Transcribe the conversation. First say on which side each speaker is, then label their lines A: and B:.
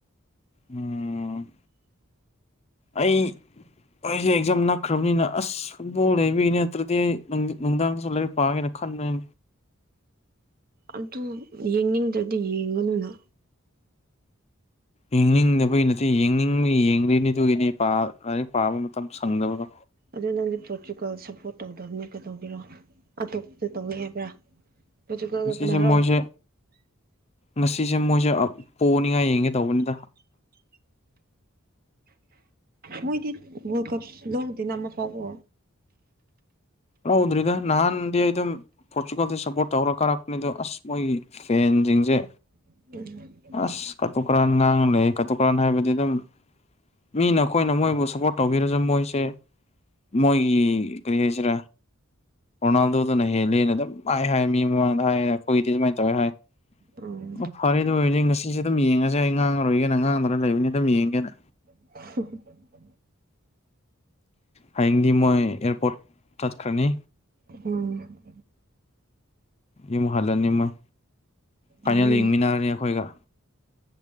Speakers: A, on the right; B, on the left.
A: <unintelligible>
B: ꯎꯝ ꯑꯩ ꯑꯩꯁꯦ ꯑꯦꯛꯖꯥꯝ ꯅꯛꯈ꯭ꯔꯕꯅꯤꯅ ꯑꯁ ꯐꯨꯠꯕꯣꯜ ꯂꯩꯕꯒꯤꯅꯤ ꯅꯠꯇ꯭ꯔꯗꯤ ꯅꯨꯡ ꯅꯨꯡꯗꯥꯡꯁꯨ ꯂꯥꯏꯔꯤꯛ ꯄꯥꯒꯦꯅ ꯈꯟꯕ <unintelligible>
A: ꯑꯗꯨ ꯌꯦꯡꯅꯤꯡꯗ꯭ꯔꯗꯤ ꯌꯦꯡꯒꯅꯨꯅ
B: ꯌꯦꯡꯅꯤꯡꯗꯕꯩ ꯅꯠꯇꯦ ꯌꯦꯡꯅꯤꯡꯕꯩ ꯌꯦꯡꯕꯩꯅꯦ ꯑꯗꯨꯒꯤꯅꯦ ꯄꯥ ꯂꯥꯏꯔꯤꯛ ꯄꯥꯕ ꯃꯇꯝ ꯁꯪꯗꯕꯗꯣ
A: ꯑꯗꯨ ꯅꯪꯗꯤ ꯄꯣꯔꯇꯨꯒꯜ ꯁꯞꯄꯣꯔꯠ ꯇꯧꯗꯕꯅꯦ ꯀꯩꯗꯧꯕꯤꯔꯣ ꯑꯇꯣꯞꯄꯗ ꯇꯧꯋꯦ ꯍꯥꯏꯕ꯭ꯔꯥ ꯄꯣꯔꯇꯨꯒꯜꯒ
B: ꯉꯁꯤꯁꯦ
A: ꯀꯅꯥꯔꯣ
B: ꯃꯣꯏꯁꯦ ꯉꯁꯤꯁꯦ ꯃꯣꯏꯁꯦ ꯄꯣꯅꯤꯡꯉꯥꯏ ꯌꯦꯡꯒꯦ ꯇꯧꯕꯅꯤꯗ
A: ꯃꯣꯏꯗꯤ ꯋꯥꯔꯜ ꯀꯞ ꯂꯧꯗꯦꯅ ꯑꯃꯛ ꯐꯥꯎꯕꯨ
B: ꯂꯧꯗ꯭ꯔꯤꯗ ꯅꯍꯥꯟꯗꯤ ꯑꯗꯨꯝ ꯄꯣꯔꯆꯨꯒꯥꯜꯗ ꯁꯞꯄꯣꯔꯠ ꯇꯧꯔ ꯀꯥꯔꯛꯄꯅꯤ ꯑꯗꯣ ꯑꯁ ꯃꯣꯏꯒꯤ ꯐꯦꯟꯖꯤꯡꯖꯦ
A: <unintelligible>
B: ꯑꯁ ꯀꯥꯇꯨꯀꯔꯥꯟ ꯉꯥꯡꯅ ꯂꯩ ꯀꯥꯇꯨꯀꯔꯥꯟ ꯍꯥꯏꯕꯗꯤ ꯑꯗꯨꯝ ꯃꯤꯅ ꯑꯩꯈꯣꯏꯅ ꯃꯣꯏꯕꯨ ꯁꯞꯄꯣꯔꯠ ꯇꯧꯕꯤꯔꯁꯨ ꯃꯣꯏꯁꯦ ꯃꯣꯏꯒꯤ ꯀꯔꯤ ꯍꯥꯏꯁꯤꯔꯥ ꯔꯣꯅꯥꯜꯗꯣꯗꯨꯅ ꯍꯦꯜꯂꯦꯅ ꯑꯗꯨꯝ ꯃꯥꯏ ꯍꯥꯏ ꯃꯤ ꯃꯃꯥꯡꯗ ꯍꯥꯏ ꯑꯩꯈꯣꯏꯗꯤ ꯑꯗꯨꯃꯥꯏꯅ ꯇꯧꯋꯦ ꯍꯥꯏ
A: ꯎꯝ
B: ꯑꯣ ꯐꯔꯦ ꯑꯗꯨ ꯑꯣꯏꯔꯗꯤ ꯉꯁꯤꯁꯦ ꯑꯗꯨꯝ ꯌꯦꯡꯉꯖꯦ ꯑꯩ ꯉꯥꯡꯉꯔꯣꯏꯒꯦꯅ ꯉꯥꯡꯗꯅ ꯂꯩꯕꯅꯤ ꯑꯗꯨꯝ ꯌꯦꯡꯒꯦꯅ
A: <unintelligible>
B: ꯍꯌꯦꯡꯗꯤ ꯃꯣꯏ ꯑꯦꯌꯥꯔꯄꯣꯔꯠ ꯆꯠꯈ꯭ꯔꯅꯤ
A: ꯎꯝ
B: ꯌꯨꯝ ꯍꯜꯂꯅꯤ ꯃꯣꯏ ꯐꯥꯏꯅꯦꯜ
A: ꯌꯥꯏꯅꯦ
B: ꯌꯦꯡꯃꯤꯟꯅꯔꯅꯤ ꯑꯩꯈꯣꯏꯒ